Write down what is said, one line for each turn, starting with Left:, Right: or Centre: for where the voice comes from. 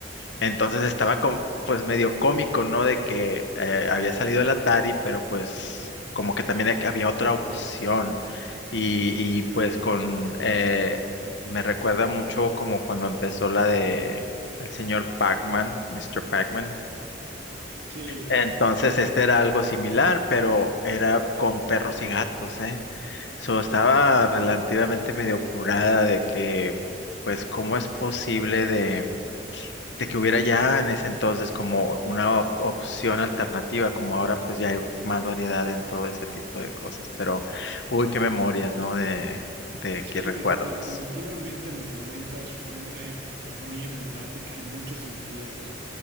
Left: Entonces estaba com- pues medio cómico, ¿no? De que eh, había salido el Atari, pero pues como que también ha- había otra opción. Y, y, pues con, eh, me recuerda mucho como cuando empezó la de el señor Pac-Man, Mr. Pac-Man.
Right: Sí,
Left: Entonces este era algo similar, pero era con perros y gatos, ¿eh? So, estaba relativamente medio curada de que, pues, ¿cómo es posible de que hubiera ya en ese entonces como una op- opción alternativa, como ahora pues ya hay más variedad en todo ese tipo de cosas, pero uy, qué memorias, ¿no? De, de
Right: Sí,
Left: qué recuerdos.
Right: de- definitivamente los noventas fue una época muy emblemática en muchos sentidos,